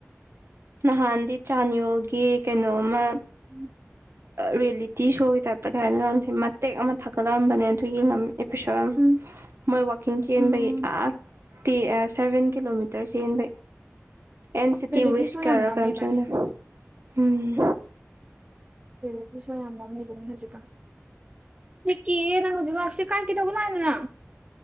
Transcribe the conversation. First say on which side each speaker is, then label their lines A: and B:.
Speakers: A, on the right; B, on the right.
A: ꯅꯍꯥꯟꯗꯤ ꯆꯥꯟꯌꯣꯜꯒꯤ ꯀꯩꯅꯣꯝꯃ
B: ꯎꯝ
A: ꯔꯤꯌꯦꯂꯤꯇꯤ ꯁꯣꯒꯤ ꯇꯥꯏꯞꯇ ꯀꯩ ꯍꯥꯏꯅꯤ ꯂꯧꯁꯦ ꯃꯇꯦꯛ ꯑꯃ ꯊꯥꯀꯠꯂꯛꯑꯝꯕꯅꯦ ꯑꯗꯨ ꯌꯦꯡꯉꯝꯃꯤ ꯏ ꯄꯤ ꯁꯝ
B: ꯎꯝ
A: ꯃꯣꯏ ꯋꯥꯛꯀꯤꯡ ꯆꯦꯟꯕꯩ
B: ꯎꯝ
A: ꯇꯤ ꯁꯚꯦꯟ ꯀꯤꯂꯣꯃꯤꯇꯔ ꯆꯦꯟꯕꯩ ꯑꯦꯟ ꯁꯤ
B: ꯔꯤꯌꯦꯂꯤꯇꯤ
A: ꯇꯤ ꯋꯦꯁꯀꯔꯥ
B: ꯁꯣ ꯌꯥꯝ ꯅꯝꯃꯤꯕꯅꯦ
A: ꯀꯝ ꯆꯦꯃꯤꯦꯗꯥ ꯎꯝ
B: ꯂꯦꯗꯤ ꯁꯣ ꯌꯥꯝ ꯅꯎ ꯂꯩꯕꯅꯦ ꯍꯧꯖꯤꯛꯀ ꯊ ꯀ ꯅ ꯍꯧꯖꯤ ꯑꯁ ꯀꯥꯏ ꯀꯩꯗꯧꯕꯥ ꯂꯥꯛꯏꯅꯣ